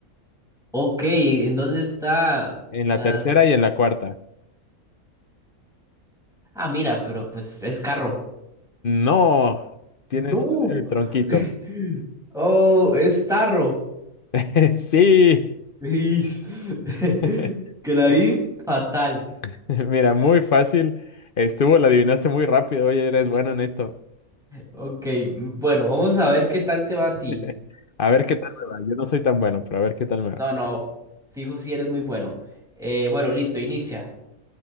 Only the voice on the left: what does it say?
en
la tercera y en la cuarta.
No, tienes
el tronquito.
<laughs> Sí.
<laughs>
Oye,
<laughs> Mira, muy fácil. Estuvo, la adivinaste muy rápido. Oye, eres bueno en esto.
<laughs>
A ver qué tal me va. Yo no soy tan bueno, pero a ver qué tal me va.